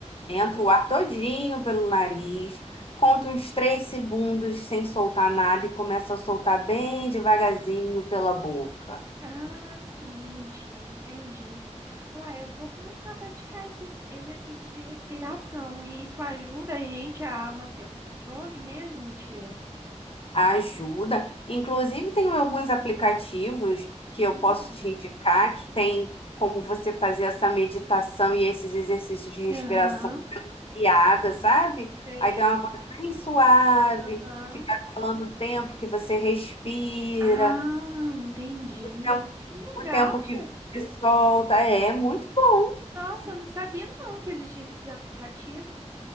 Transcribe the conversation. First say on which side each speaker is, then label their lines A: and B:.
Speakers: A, on the left; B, on the right.
A: entra o ar todinho pelo nariz, conta uns três segundos sem soltar nada e começa a soltar bem devagarzinho pela boca.
B: Ah, sim, tia, entendi. Uai, eu vou começar a praticar esses exercícios de respiração e isso ajuda a gente a manter o controle mesmo, tia?
A: Ajuda. Inclusive, tem alguns aplicativos que eu
B: Hum,
A: posso te indicar que tem como você fazer essa meditação e esses exercícios de respiração
B: Aham,
A: piada, sabe?
B: sei.
A: Aí tem uma voz bem suave,
B: aham.
A: que vai falando o tempo que você respira,
B: Ah, entendi.
A: o tempo
B: Que Legal,
A: o tempo
B: tia.
A: que você solta. É, é muito bom.
B: Nossa, eu não sabia não que existia esses aplicativos.